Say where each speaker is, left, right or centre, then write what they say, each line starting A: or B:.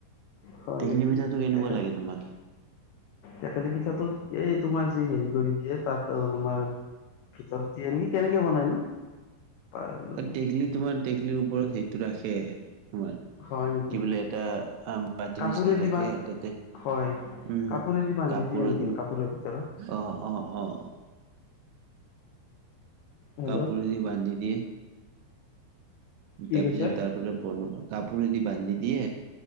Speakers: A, on the left; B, on the right.
A: হয়
B: টেকলি
A: নেকি
B: পিঠাটো কেনেকুৱা
A: টেকেলি
B: লাগে
A: পিঠা
B: তোমাক?
A: টেকেলি পিঠাটো এই তোমাৰ যি হেৰি কৰি দিয়ে তাত অঁ তোমাৰ ভিতৰত দিয়ে নেকি, কেনেকে বনাই নো? পাৰিলো
B: টেকলি তোমাৰ টেকলিৰ ওপৰত সেইটো ৰাখে, তোমাৰ
A: হয় নেকি
B: কি বোলে এটা আম বাতিৰ
A: কাপোৰেদি
B: নিচিনা থাকে
A: বা
B: তাতে
A: হয়
B: উম
A: কাপোৰেদি বান্ধি
B: কাপোৰত
A: দিয়ে নেকি কাপোৰৰ ভিতৰত?
B: অ', অ', অ'।
A: হেল্ল'
B: কাপোৰ দি বান্ধি দিয়ে।
A: কি
B: তাৰপিছত
A: কৈছা
B: তাৰপৰা কাপোৰ এদি বান্ধি দিয়ে।